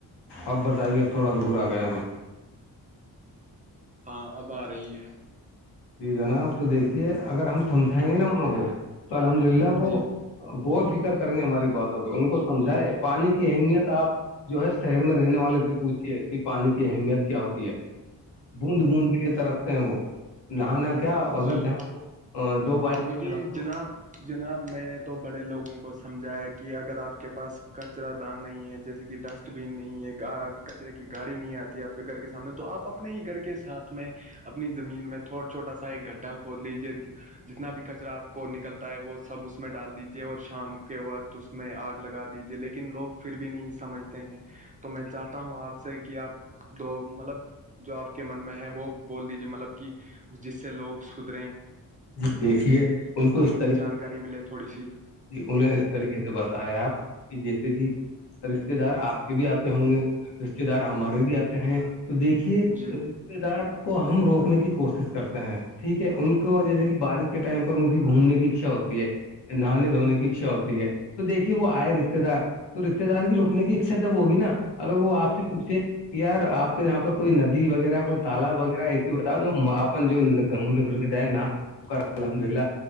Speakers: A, on the left (about 70°); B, on the right (about 20°).
A: اب بتائیے اب تھوڑا دور آ گیا میں
B: ہاں اب آ رہی ہے
A: جی جناب تو دیکھیے اگر ہم سمجھائیں گے نا انہوں کو تو الحمد للہ
B: ہے
A: وہ
B: جی
A: غور فکر کریں گے ہماری باتوں پہ ان کو سمجھائے پانی کی اہمیت آپ جو ہے شہر میں رہنے والے سے پوچھیے کہ پانی کی اہمیت کیا ہوتی ہے بوند بوند کے لیے ترستے ہیں وہ نہانا کیا اگر
B: جی
A: جاں وہ دو بالٹی
B: وہی
A: سے نہاتا
B: جناب
A: ہو
B: جناب میں نے تو بڑے لوگوں کو سمجھایا کہ اگر آپ کے پاس کچرا دان نہیں ہے جیسے کہ ڈسٹ ڈسٹ بین نہیں ہے کچرے کی گاڑی نہیں آتی ہے آپ کے گھر کے سامنے تو آپ اپنے ہی گھر کے ساتھ میں اپنی زمین میں تھوا چھوٹا سا ایک گڈھا کھود لیجیے جتنا بھی کچرا آپ کو نکلتا ہے وہ سب اس میں ڈال دیجیے اور شام کے وقت تو اس میں آگ لگا دیجیے لیکن لوگ پھر بھی نہیں سمجھتے ہیں تو میں چاہتا ہوں آپ سے کہ آپ دو مطلب جو آپ کے من میں ہے وہ بول دیجیے مطلب کہ جس سے لوگ سدھریں
A: جی دیکھیے ان کو
B: اور
A: اس
B: مجھے
A: طریقے
B: جانکاری
A: سے
B: ملے تھوڑی سی
A: جی انہیں اس طریقے سے بتائے آپ کہ جیسے کہ رشتے دار آپ کے بھی آتے ہوں گے رشتے دار ہمارے بھی آتے ہیں تو دیکھیے
B: جی
A: رشتے دار کو ہم روکنے کی کوشش کرتے ہیں ٹھیک ہے ان جیسے کہ بارش کے ٹائم پر ان کی گھومنے کی اکھچا ہوتی ہے نہانے دھونے کی اکھچا ہوتی ہے تو دیکھیے وہ آئے رشتے دار تو رشتے دار کی روکنے کی اکھچا جب ہوگی نا اگر وہ آپ سے پوچھے یار آپ کے یہاں پر کوئی ندی وغیرہ کوئی تالاب وغیرہ ایسی بتاؤ جو اپن جو گھومنے پھرنے دے نا الحمد للہ